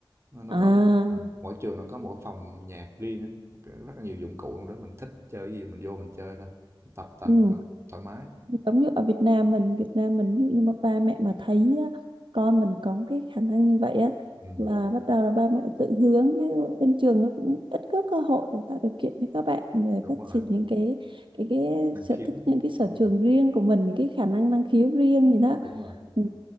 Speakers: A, on the right (about 30°); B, on the right (about 75°).
A: nó, nó
B: à
A: có một mỗi trường nó có một cái phòng nhạc riêng á một cái- rất là nhiều dụng cụ trong đó mình thích chơi cái gì mình vô mình chơi thôi mình tập tành
B: ừ
A: trong đó thoải mái
B: giống như ở Việt Nam mình Việt Nam mình ví dụ như mà ba mẹ mà thấy á, con mình có cái khả năng như vậy á
A: ừ
B: là bắt đầu là ba mẹ tự hướng chứ bên trường nó cũng ít có cơ hội để tạo điều kiện cho các bạn về
A: đúng
B: phát triển
A: rồi
B: những cái cái cái
A: năng
B: sở
A: khiếu
B: thích những cái sở
A: đúng
B: trường
A: rồi
B: riêng của mình những cái khả năng năng khiếu riêng gì đó
A: đúng rồi
B: Ừ.